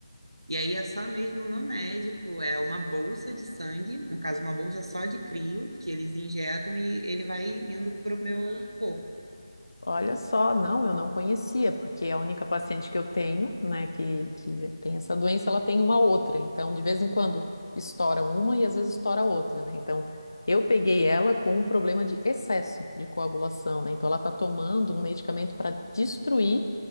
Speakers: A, on the right; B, on the left.
A: E aí é só mesmo no médico, é uma bolsa de sangue, no caso, uma bolsa só de crio, que eles injetam e ele vai indo para o meu corpo.
B: Olha só, não, eu não conhecia, porque a única paciente que eu tenho, né, que, que tem essa doença, ela tem uma outra. Então, de vez em quando estoura uma e às vezes estoura outra, né? Então, eu peguei ela com um problema de excesso de coagulação, né? Então, ela tá tomando um medicamento para destruir